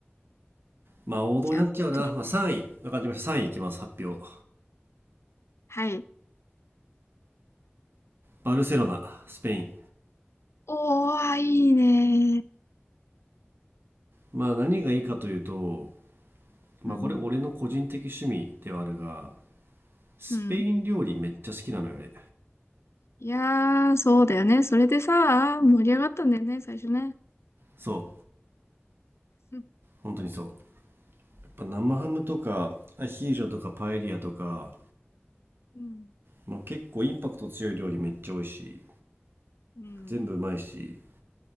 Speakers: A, on the right; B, on the left.
A: まあ王道になっちゃうな、
B: じゃあ、トップ
A: まあさんい、3位分かりました3位いいきます発表
B: はい。
A: バルセロナスペイン
B: おー、あいいね。
A: まあ何がいいかというとまあこれ俺の個人的趣味ではあるが
B: うん。
A: スペイン料理めっちゃ好きなのよ俺
B: うん。いやー、そうだよね。それでさ、盛り上がったんだよね、最初ね。
A: そう
B: <laughs>
A: 本当にそうやっぱ生ハムとかアヒージョとかパエリアとか、
B: うん。いやうん。
A: まあ、結構インパクト強い料理めっちゃ美味しい
B: うん。
A: 全部うまいし